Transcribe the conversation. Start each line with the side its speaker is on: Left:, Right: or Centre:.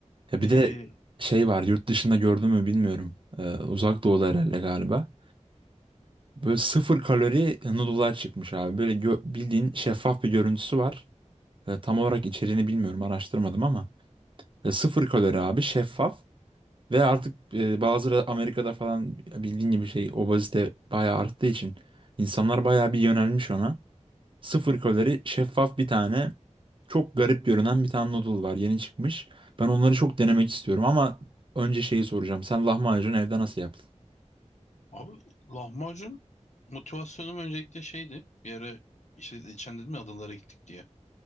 Right: Ya
Left: E,
Right: bir de şey var yurt dışında gördün mü bilmiyorum. Ee, uzak doğuda herhalde galiba. Böyle sıfır kalori noodle'lar çıkmış abi. Böyle gö- bildiğin şeffaf bir görüntüsü var. Ee, tam olarak içeriğini bilmiyorum araştırmadım ama. Ee, sıfır kalori abi şeffaf. Ve artık e, bazıları Amerika'da falan bildiğin gibi şey obezite bayağı arttığı için insanlar bayağı bir yönelmiş ona. Sıfır kalori şeffaf bir tane çok garip görünen bir tane noodle var yeni çıkmış. Ben onları çok denemek istiyorum ama önce şeyi soracağım. Sen lahmacun evde nasıl yaptın?
Left: Abi lahmacun motivasyonum öncelikle şeydi. Bir ara işte geçen dedim ya adalara gittik diye.